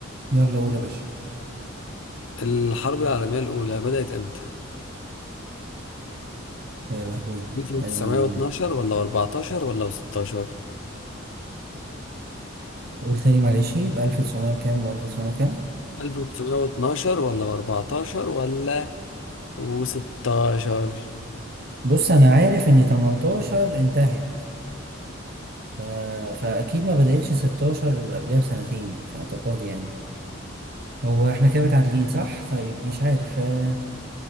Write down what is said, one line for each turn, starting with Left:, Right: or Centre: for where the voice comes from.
Right: يلا قول يا باشا
Left: الحرب العالمية الأولى بدأت إمتى؟
Right: يا لهوي
Left: 1912
Right: يلا.
Left: ولا 14 ولا 16
Right: قول تاني معلش يبقى 1900 وكام و1900 وكام
Left: 1912 ولا 14 ولا 16
Right: بص انا عارف ان 18 انتهت ف... فاكيد ما بدأتش 16 قبلها بسنتين في اعتقادي يعني هو احنا كده متعادلين صح طيب مش عارف آه،